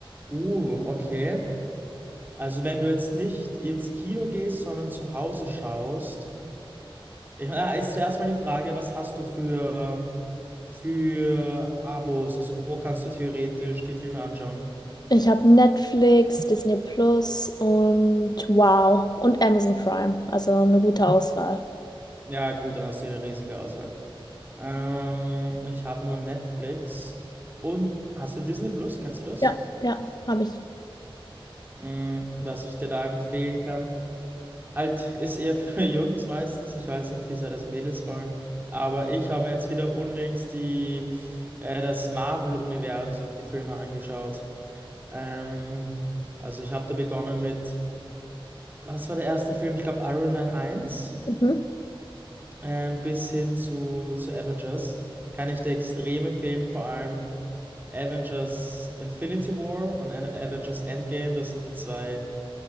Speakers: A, on the right; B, on the left.
A: Uh, okay. Also wenn du jetzt nicht ins Kino gehst, sondern zu Hause schaust, ich, na, ist zuerst mal die Frage, was hast du für, für Abos? Also wo kannst du theoretisch die Filme anschauen?
B: Ich habe Netflix, Disney Plus und Wow und Amazon Prime. Also eine gute Auswahl.
A: Ja, gut, dann hast du eine riesige Auswahl. Ähm, ich habe nur Netflix. Und hast du Disney Plus? Kennst du das?
B: Ja, ja, habe ich.
A: Mm, was ich dir da empfehlen kann. Halt, ist eher für <laughs> Jungs meistens. Ich weiß nicht, wie sehr das Mädels wollen. Aber ich habe mir jetzt wieder unlängst die, äh, das Marvel-Universum, die Filme angeschaut. Ähm, also ich habe da begonnen mit, was war der erste Film? Ich glaube Iron Man eins
B: Mhm.
A: ähm, bis hin zu, zu Avengers. Kann ich dir extrem empfehlen, vor allem Avengers Infinity War und An- Avengers Endgame. Das sind die zwei.